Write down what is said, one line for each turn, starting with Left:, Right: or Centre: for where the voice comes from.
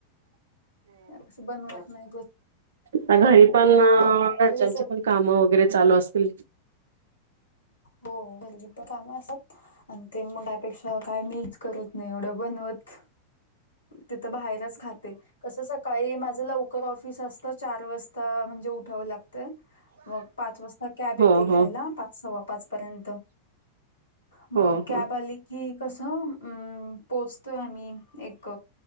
Left: असं बनवत नाही घर
Right: आता घरी पण घरच्यांचे
Left: ते कसं
Right: पण काम वगैरे चालू असतील.
Left: हो घरचे पण काम असतात आणि ते मग अपेक्षा काय मीच करत नाही एवढं बनवत. तिथं बाहेरच खाते कसं सकाळी माझं लव कर ऑफिस असतं चार वाजता म्हणजे उठावं लागतं. मग पाच वाजता कॅब येते
Right: हो
Left: घ्यायला
Right: हो
Left: पाच सव्वा पाच पर्यंत मग
Right: हो
Left: कॅब
Right: हो
Left: आली की कसं अं पोहोचतो आम्ही एक